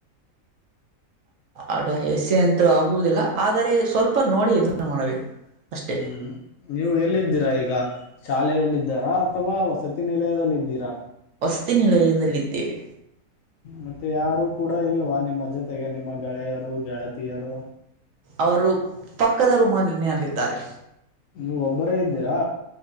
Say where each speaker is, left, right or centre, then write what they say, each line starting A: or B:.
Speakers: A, on the right (about 70°); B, on the left (about 70°).
A: ಅಡ ಎಸೆ ಅಂತ ಆಗುವುದಿಲ್ಲ ಆದರೆ ಸ್ವಲ್ಪ ನೋಡಿ ಇದನ್ನು ಮಾಡಬೇಕು ಅಷ್ಟೇ
B: ಹ್ಮ್ ನೀವು ಎಲ್ಲಿದ್ದೀರಾ ಈಗ ಈಗ ಶಾಲೆಯಲ್ಲ ಇದಿದ್ದಾರಾ ಅಥವಾ ವಸತಿ ನಿಲಯದದಲ್ಲಿ ಇದ್ದೀರಾ
A: ವಸ್ತಿ ನಿಲಯದಲ್ಲಿದ್ದೇವೆ
B: ಮತ್ತೆ ಯಾರು ಕೂಡ ಇಲ್ವಾ ನಿಮ್ಮ ಜೊತೆಗೆ ನಿಮ್ಮ ಗೆಳೆಯರು ಗೆಳತಿಯರು
A: ಅವರು ಪಕ್ಕದ ರೂಮನ ಅಲ್ಲಿದ್ದಾರೆ
B: ನೀವು ಒಬ್ಬರೇ ಇದ್ದೀರಾ